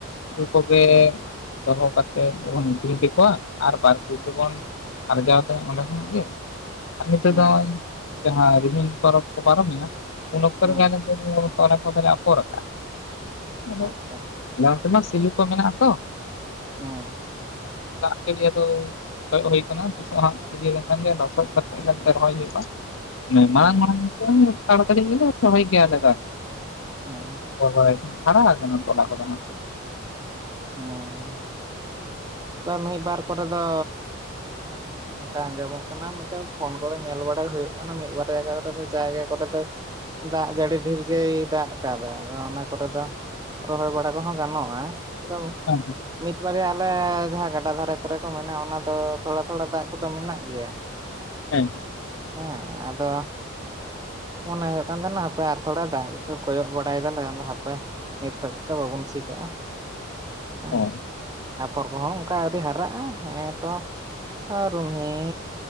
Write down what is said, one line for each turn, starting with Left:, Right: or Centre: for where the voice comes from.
Left: ᱩᱱᱠᱩ ᱜᱮ
Right: ᱦᱩᱸ
Left: ᱫᱚᱦᱚ ᱠᱟᱛᱮᱫ ᱵᱚᱱ ᱠᱮᱫᱠᱚᱣᱟ ᱟᱨ ᱵᱟᱨ ᱯᱩᱭᱥᱟ ᱵᱚᱱ ᱟᱨᱡᱟᱣ ᱛᱟᱦᱮᱸᱜ ᱚᱸᱰᱮ ᱠᱷᱚᱱᱟᱜ ᱜᱮ᱾ ᱟᱨ ᱱᱤᱛᱚᱜ
Right: ᱦᱩᱸ
Left: ᱫᱚ ᱡᱟᱦᱟᱸ ᱨᱤᱦᱤᱢ ᱯᱚᱨᱚᱵᱽ ᱠᱚ ᱯᱟᱨᱚᱢᱮᱱᱟ ᱩᱱ ᱚᱠᱛᱚ
Right: ᱦᱩᱸ
Left: ᱨᱮ ᱟᱞᱮ ᱫᱚ ᱛᱚᱞᱟ ᱠᱚᱫᱚᱞᱮ ᱟᱯᱚᱨ ᱠᱟᱜᱼᱟ᱾ ᱟᱫᱚ
Right: ᱟᱪᱪᱷᱟ
Left: ᱵᱟᱲᱛᱤ ᱢᱟ ᱥᱤᱞᱩ ᱠᱚ ᱢᱮᱱᱟᱜᱼᱟ ᱛᱚ?
Right: ᱦᱩᱸ᱾
Left: ᱫᱟᱜ ᱛᱮᱜᱮ ᱟᱫᱚ ᱛᱚᱜ ᱦᱩᱭ ᱠᱟᱱᱟ ᱛᱤᱥᱳᱜ ᱦᱟᱸᱜ ᱤᱭᱟᱹ ᱞᱮᱠᱷᱟᱱ ᱜᱮ ᱞᱚᱥᱚᱫ ᱠᱟᱛᱮ ᱨᱚᱦᱚᱭ ᱦᱩᱭᱩᱜᱼᱟ᱾
Right: ᱦᱩᱸ
Left: ᱢᱟᱬᱟᱝ ᱢᱟᱬᱟᱝ ᱜᱮ ᱛᱟᱲᱟ ᱛᱟᱲᱤ ᱜᱮᱞᱮ ᱨᱚᱦᱚᱭ ᱜᱮᱭᱟ ᱟᱞᱮ ᱫᱚ᱾
Right: ᱦᱩᱸ᱾
Left: ᱛᱚ ᱵᱟᱭ ᱦᱟᱨᱟ ᱠᱟᱱᱟ ᱛᱚᱞᱟ ᱠᱚᱫᱚ ᱱᱟᱜ᱾
Right: ᱦᱩᱸ᱾ ᱵᱟ ᱢᱤᱫ ᱵᱟᱨ ᱠᱚᱨᱮ ᱫᱚ ᱚᱝᱠᱟ ᱟᱸᱡᱚᱢᱚᱜ ᱠᱟᱱᱟ ᱱᱚᱛᱮ ᱯᱷᱳᱱ ᱠᱚᱨᱮ ᱧᱮᱞ ᱵᱟᱲᱟᱭ ᱦᱩᱭᱩᱜ ᱠᱟᱱᱟ ᱢᱤᱫ ᱵᱟᱨᱮᱭᱟ ᱡᱟᱭᱜᱟ ᱠᱚᱨᱮ ᱫᱚ ᱫᱟᱜ ᱡᱟᱹᱲᱤ ᱰᱷᱮᱨ ᱜᱮᱭ ᱫᱟᱜ ᱠᱟᱫᱟ, ᱟᱫᱚ ᱚᱱᱟ ᱠᱚᱨᱮ ᱫᱚ ᱨᱚᱦᱚᱭ ᱵᱟᱲᱟ ᱠᱚᱦᱚᱸ ᱜᱟᱱᱚᱜᱼᱟ, ᱮᱠᱫᱚᱢ
Left: <inaudible>
Right: ᱢᱤᱫ ᱵᱟᱨᱮᱭᱟ ᱟᱞᱮ ᱡᱟᱦᱟᱸ ᱜᱟᱰᱟ ᱫᱷᱟᱨᱮ ᱠᱚᱨᱮ ᱠᱚ ᱢᱮᱱᱟᱜᱼᱟ ᱚᱱᱟ ᱫᱚ ᱛᱷᱚᱲᱟ ᱛᱷᱚᱲᱟ ᱫᱟᱜ ᱠᱚᱫᱚ ᱢᱮᱱᱟᱜ ᱜᱮᱭᱟ᱾
Left: ᱦᱮᱸ᱾
Right: ᱦᱮᱸ ᱟᱫᱚ ᱢᱚᱱᱮ ᱦᱩᱭᱩᱜ ᱠᱟᱱ ᱛᱟᱦᱮᱸᱱᱟ ᱦᱟᱯᱮ ᱟᱨ ᱛᱷᱚᱲᱟ ᱫᱟᱜ ᱠᱚᱭᱚᱜ ᱵᱟᱲᱟᱭ ᱫᱟᱞᱮ ᱦᱟᱯᱮ ᱱᱤᱛ ᱠᱷᱚᱡ ᱫᱚ ᱵᱟᱵᱚᱱ ᱥᱤ ᱠᱟᱜᱼᱟ᱾ ᱦᱮᱸ,
Left: ᱚ
Right: ᱟᱯᱷᱚᱨ ᱠᱚ ᱦᱚᱸ ᱚᱝᱠᱟ ᱟᱣᱨᱤ ᱦᱟᱨᱟᱜᱼᱟ ᱦᱮᱸ ᱮ ᱛᱚ ᱨᱩᱦᱱᱤ